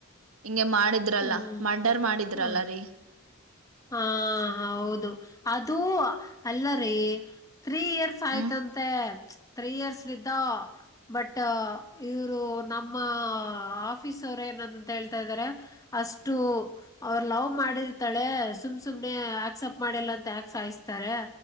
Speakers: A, on the right; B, on the left.
A: ಹಿಂಗೆ ಮಾಡಿದ್ರಲ್ಲ
B: ಹ್ಮ್
A: ಮರ್ಡರ್ ಮಾಡಿದ್ರಲ್ಲ
B: ಹ
A: ರೀ
B: ಹಾ ಹೌದು ಅದು ಅಲ್ಲರಿ ತ್ರೀ ಇಯರ್ಸ್ ಆಯ್ತಂತೆ
A: ಹ್ಮ್
B: ತ್ರೀ ಇಯರ್ಸ್ಲಿದ್ದ ಬಟ್ ಇವರು ನಮ್ಮ ಆಫೀಸ್ ಅವರು ಏನಂತಂತ ಹೇಳ್ತಾಇದರೆ ಅಷ್ಟು ಅವ್ರ ಲವ್ ಮಾಡಿರ್ತಾಳೆ ಸುಮ್ ಸುಮ್ನೆ ಆಕ್ಸಪ್ಟ ಮಾಡಲ್ಲ ಅಂತ ಯಕ್ ಸಾಯಿಸ್ತಾರೆ